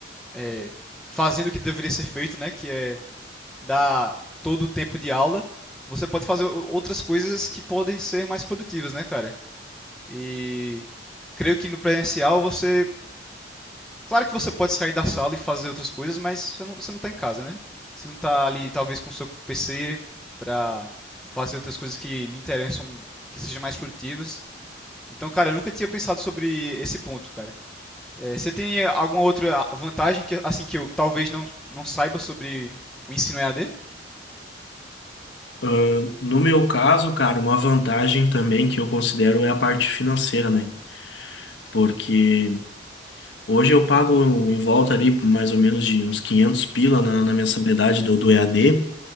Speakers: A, in the centre; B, on the left (about 70°).
A: eh, fazendo o que deveria ser feito, né, que é dar todo o tempo de aula, você pode fazer o- outras coisas que podem ser mais produtivas, né, cara? E creio que no presencial você Claro que você pode sair da sala e fazer outras coisas, mas você não, você não tá em casa, né? Você não tá ali, talvez, com o seu PC pra fazer outras coisas que lhe interessam, que sejam mais produtivas. Então, cara, eu nunca tinha pensado sobre esse ponto, cara. Eh, você tem alguma outra vantagem que, assim, que eu talvez não, não saiba sobre o ensino e a d?
B: Ah, No meu caso, cara, uma vantagem também que eu considero é a parte financeira, né? Porque Hoje eu pago em volta ali por mais ou menos de uns 500 pila na, na mensalidade do, do EAD,